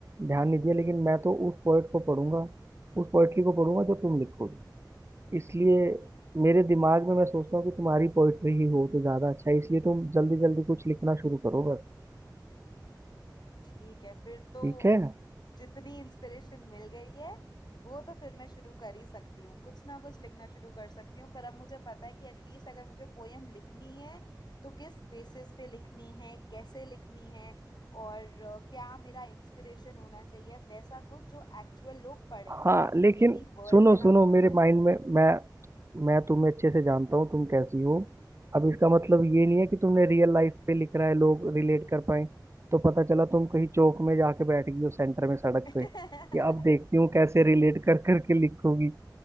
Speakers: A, on the right; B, on the left.
A: ध्यान नहीं दिया लेकिन मैं तो उस पोइट को पढ़ूंगा उस पोइट्री को पढ़ूंगा जो तुम लिखोगे इसलिए मेरे दिमाग में मैं सोचता हूँ कि तुम्हारी पोइट्री ही हो तो ज्यादा अच्छा है इसलिए तुम जल्दी जल्दी कुछ लिखना शुरू करो बस
B: ठीक है फिर तो
A: ठीक है
B: जितनी इंस्पिरेशन मिल गई है वो तो फिर मैं शुरू कर ही सकती हूँ कुछ ना कुछ लिखना शुरू कर सकती हूँ पर अब मुझे पता है कि एटलीस्ट अगर मुझे पोयम लिखनी है तो किस बेसिस पे लिखनी है कैसे लिखनी है और अ, क्या मेरा इंस्पिरेशन होना चाहिए वैसा कुछ जो एक्चुअल लोग पढ़ें सिर्फ
A: हाँ लेकिन
B: ड्रीमी वर्ल्ड
A: सुनो
B: में ना
A: सुनो
B: घूम
A: मेरे माइंड में मैं मैं तुम्हें अच्छे से जानता हूँ तुम कैसी हो अब इसका मतलब ये नहीं है कि तुमने रियल लाइफ पे लिख रहा है लोग रिलेट कर पाए तो पता चला तुम कहीं चौक में जाके बैठ गई हो सेंटर में सड़क
B: जाए
A: पे कि अब देखती
B: <laughs>
A: हूँ कैसे रिलेट कर करके लिखोगी